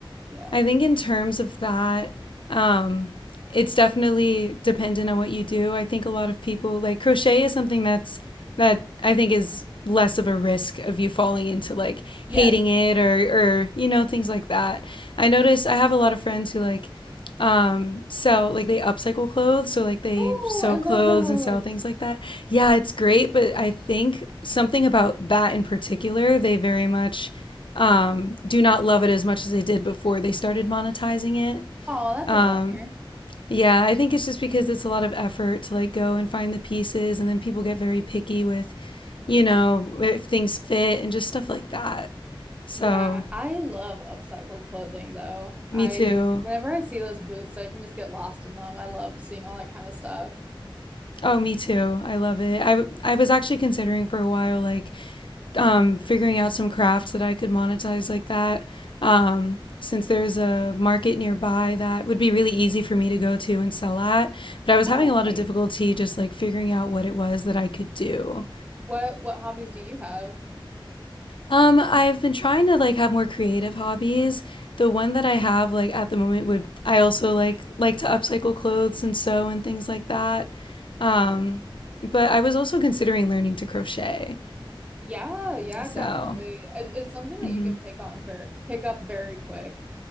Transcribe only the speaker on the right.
yeah.
Yes.
Oh,
I love
those.
Oh, that's
a bummer.
Yeah, I love upcycled clothing though. I
whenever I see those booths, I can just get lost in them. I love seeing all that kind of stuff.
Oh,
nice.
What what hobbies do you have?
Yeah, yeah,
definitely. It, it's something that
you can pick on for pick up very quick.